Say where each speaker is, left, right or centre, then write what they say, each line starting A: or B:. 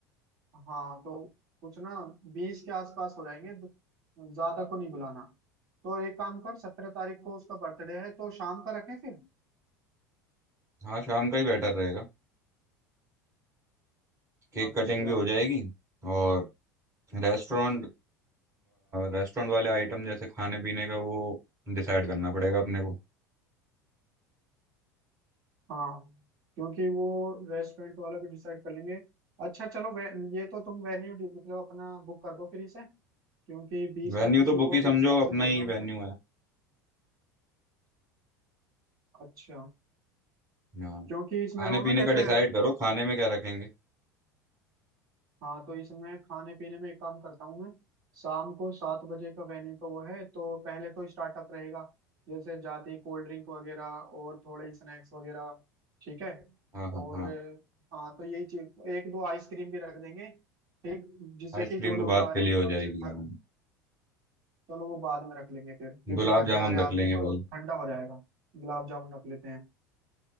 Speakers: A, on the right (about 50°); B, on the right (about 30°).
A: हाँ तो कुछ ना बीस के आसपास हो जाएंगे तो ज्यादा को नहीं बुलाना तो एक काम कर सत्रह तारीख को उसका बर्थडे है तो शाम का रखें फिर
B: हाँ शाम का ही बेटर रहेगा केक
A: अच्छा
B: कटिंग भी हो जाएगी और रेस्टोरेंट रेस्टोरेंट वाले आइटम जैसे खाने पीने का वो डिसाइड करना पड़ेगा अपने को
A: हाँ क्योंकि वो रेस्टोरेंट वाला भी डिसाइड कर लेंगे अच्छा चलो वे, ये तो तुम वेन्यू मतलब अपना बुक कर दो फिर इसे क्योंकि बीस
B: वेन्यू
A: पच्चीस
B: तो
A: लोगों
B: बुक ही
A: के
B: समझो
A: हिसाब
B: अपना
A: से बोलना
B: ही
A: उनको
B: वेन्यू है
A: अच्छा
B: हाँ
A: क्योंकि इसमें
B: खाने
A: जो है
B: पीने
A: ना जैसे
B: का डिसाइड करो खाने में क्या रखेंगे
A: हाँ तो इसमें खाने पीने में एक काम करता हूँ मैं शाम को सात बजे का वेन्यू का वो है तो पहले तो स्टार्टअप रहेगा जैसे जाती कोल्ड ड्रिंक वगैरह और थोड़े स्नैक्स वगैरह ठीक है
B: हाँ हाँ
A: और
B: हाँ
A: हाँ तो यही चीज एक दो आइसक्रीम भी रख देंगे ठीक जिससे
B: आइसक्रीम
A: कि जो लोग
B: तो बात
A: आ रहे
B: के लिए
A: हैं
B: हो
A: एकदम
B: जाएगी
A: से थक
B: हाँ
A: चलो वो बाद में रख लेंगे फिर क्योंकि
B: गुलाब
A: थके
B: जामुन
A: आ रहे
B: रख
A: आते
B: लेंगे
A: हैं तो
B: भाई
A: ठंडा हो जाएगा गुलाब जामुन रख लेते हैं